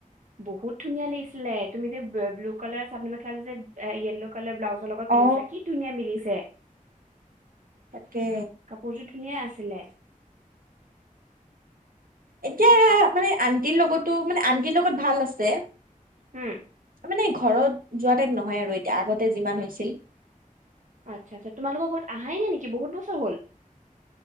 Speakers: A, on the right; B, on the right.
A: বহুত ধুনীয়া লাগিছিলে তুমি যে বে ব্লু কালাৰ চাদৰ মেখেলাযোৰ যে য়েলো কালাৰ ব্লাউজৰ লগত পিন্ধিছিলা
B: অ
A: কি ধুনীয়া মিলিছে।
B: তাকে।
A: কাপোৰযোৰ ধুনীয়া আছিলে।
B: এতিয়া মানে আণ্টিৰ লগতো মানে আন্তিৰ লগত ভাল আছে।
A: হো
B: এ মানে ঘৰত যোৱা টাইপ নহয় আৰু এতিয়া আগতে যিমান হৈছিল।
A: আচ্ছা আচ্ছা তোমালোকৰ ঘৰত আহাই নাই নেকি বহুত বছৰ হ'ল।